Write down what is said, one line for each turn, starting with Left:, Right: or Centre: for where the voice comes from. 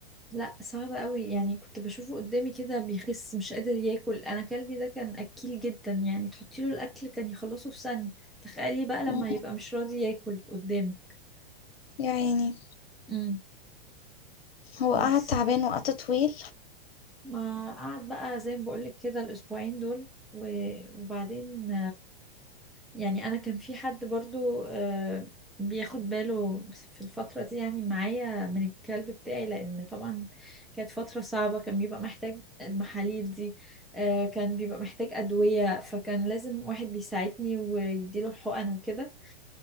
Centre: لا صعبة قوي يعني كنت بشوفه قدامي كده بيخس مش قادر ياكل انا كلبي ده كان اكيل جدا يعني تحطي له الاكل كان يخلصه في ثانية تخيلي بقى
Left: مم.
Centre: لما يبقى مش راضي ياكل قدامي
Left: يا عيني
Centre: امم
Left: هو
Centre: بس
Left: قعد تعبان وقت طويل
Centre: ما قعد بقى زي ما بقولك كده الاسبوعين دول و- وبعدين يعني انا كان في حد برضو آه، بياخد باله في الفترة دي يعني معايا من الكلب بتاعي لان طبعا كانت فترة صعبة كان بيبقى محتاج المحاليل دي آه، كان بيبقى محتاج أدوية فكان لازم واحد بيساعدني ويديله الحقن وكده